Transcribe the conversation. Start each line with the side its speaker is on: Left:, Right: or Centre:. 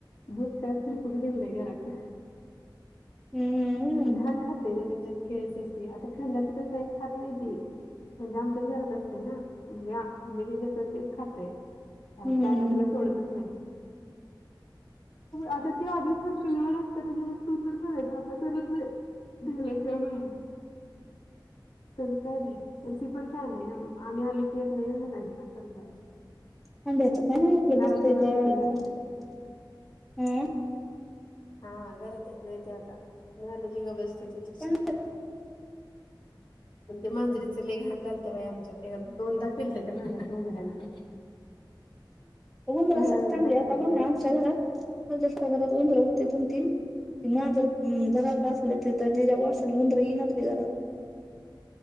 Left: दुसका फिरपघ दिनला घराच
Centre: हम्म
Left: घान खाते केस एसी आता खंडाच कसं खात नाहीती म्हणजे आमच्याच घरातच ना म्हणजे आम्ही जे जेतो तेच खातय बाहेर
Centre: हम्म
Left: काय आता त्याला सोडतच नाही
Centre: <inaudible>
Left: आता ते आधीसारखं लहान असतं त्याला सुूतर करायच आता कत नाही <unintelligible> कस काय नाही त्याचं पण चालू आहे ना म आम्ही आले की येत नाही <unintelligible>
Centre: <unintelligible>
Left: दारू भरते पण घरात येत नाही. हा घरात येत नाही ते आता झालं की गप बस
Centre: पण
Left: <unintelligible> अन ते मांजरीच लय घाण झालत बाई आमच्यात ते दोनदा फिलत त्या न <unintelligible>
Centre: उंदरा साठी
Left: आणून
Centre: चांगली
Left: टाकलेली
Centre: आता बघ
Left: घरात
Centre: ना आमच्या
Left: सगळी.
Centre: घरात <unintelligible> घरात उंदीर होते दोन तीन कि मांजर घरात असला तर त्याचा वासानी उंदर येई ना झाली घरात